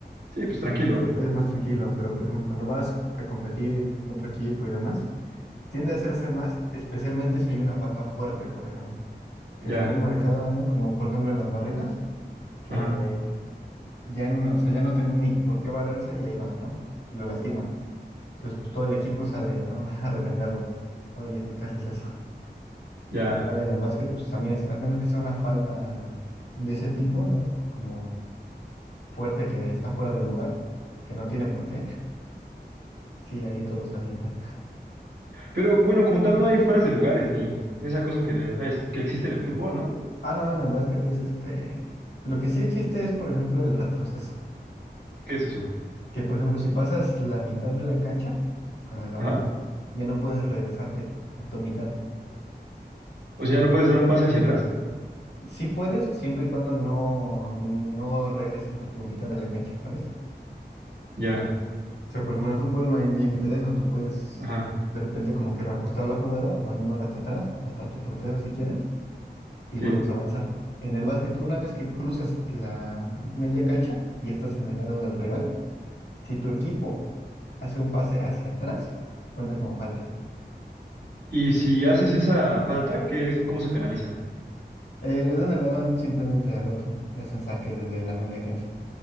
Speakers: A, on the right; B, on the left.
A: Sí, pues tranquilo,
B: es más tranquilo. Pero, por ejemplo, cuando vas a competir con otro equipo y demás, tiende a hacerse más, especialmente si hay una falta fuerte, por ejemplo, que
A: ya,
B: es muy marcada, ¿no? Como, por ejemplo, en las barridas, que
A: ajá,
B: ya, no- o sea, ya no tenía ni por qué barrerse y ahí va, ¿no? Y lo lastima. Entonces, pues, todo el equipo sale, ¿no? <laughs> A defenderlo. Oye, ¿por qué haces eso?
A: ya.
B: Vale, en el básquet, pues también, al menos que sea una falta de ese tipo, ¿no? Como fuerte que está fuera de lugar, que no tiene por qué. <laughs> Sí, ahí todos avientan.
A: Pero bueno, como tal no hay fueras de lugares ni esa cosa que, ne- ah, es- que existe en el fútbol, ¿no?
B: Ah, no, en el básquet es este. Lo que sí existe es, por ejemplo, el retroceso.
A: ¿Qué es eso?
B: Que, por ejemplo, si pasas la mitad de la cancha con el balón,
A: Ajá.
B: ya no puedes regresarte a tu mitad.
A: O sea, ¿no puedes dar un pase hacia atrás?
B: Sí puedes, siempre y cuando no, no regreses a tu mitad de la cancha, ¿sabes?
A: Ya,
B: O sea, por ejemplo, en el fútbol no hay límite de eso. Tú puedes
A: ajá,
B: de repente como que reajustar la jugada, mandándola hasta atrás, hasta tu portero si quieres, y
A: sí.
B: vuelves a avanzar. En el básquet, una vez que cruzas la media cancha y estás en el lado del rival, si tu equipo hace un pase hacia atrás, cuenta como falta.
A: Y si haces esa falta, ¿qué es, cómo se penaliza?
B: Eh, le dan el balón simplemente al otro. Es en saque desde la media cancha.